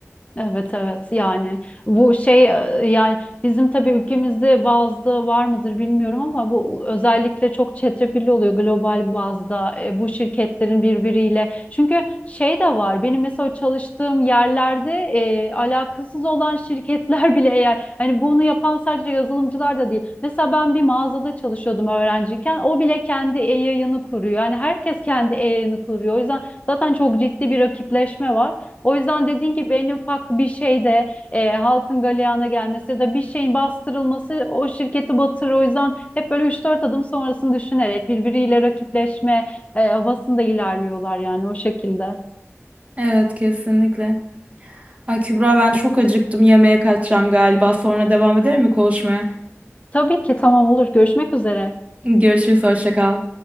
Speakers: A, on the left; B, on the right.
A: Evet evet yani bu şey e, yani bizim tabii ülkemizde bazda var mıdır bilmiyorum ama bu özellikle çok çetrefilli oluyor global bazda e, bu şirketlerin birbiriyle. Çünkü şey de var benim mesela çalıştığım yerlerde e, alakasız olan şirketler <laughs> bile eğer hani bunu yapan sadece yazılımcılar da değil. Mesela ben bir mağazada çalışıyordum öğrenciyken o bile kendi e-yayını kuruyor. Yani herkes kendi e-yayını kuruyor. O yüzden zaten çok ciddi bir rakipleşme var. O yüzden dediğin gibi en ufak bir şeyde e, halkın galeyana gelmesi ya da bir şeyin bastırılması o şirketi batırır. O yüzden hep böyle üç dört adım sonrasını düşünerek birbiriyle rakipleşme e, havasında ilerliyorlar yani o şekilde.
B: Evet kesinlikle. Ay Kübra ben çok acıktım yemeğe kaçacağım galiba sonra devam edelim mi konuşmaya?
A: Tabii ki tamam olur. Görüşmek üzere.
B: Görüşürüz, hoşça kal.